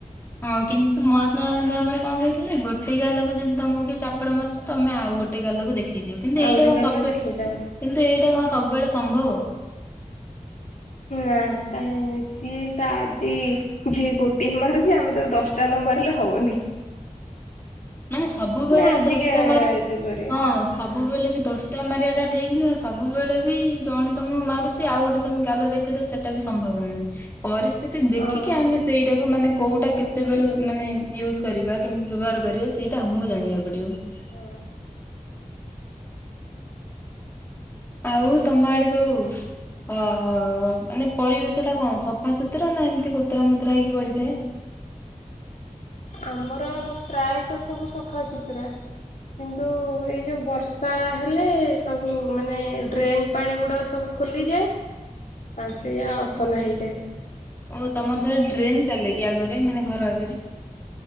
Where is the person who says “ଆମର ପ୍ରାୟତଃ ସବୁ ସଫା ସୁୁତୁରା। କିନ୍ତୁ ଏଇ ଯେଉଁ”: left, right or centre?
Left